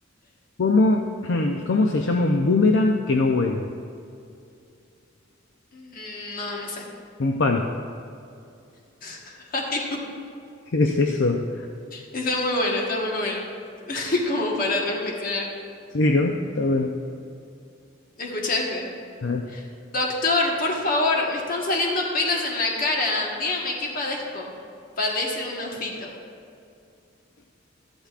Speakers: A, on the left; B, on the left.
A: ¿Cómo, <clears throat> cómo se llama un boomerang que no vuelve?
B: Mm, No, no sé.
A: Un palo.
B: <laughs> Ay,
A: ¿Qué es eso?
B: Está muy bueno, está muy bueno. <laughs> Como para reflexionar.
A: Sí, ¿no? Está bueno.
B: ¿Escuchaste?
A: A ver.
B: Doctor, por favor, me están saliendo pelos en la cara. Dígame qué padezco. Padece un hocito.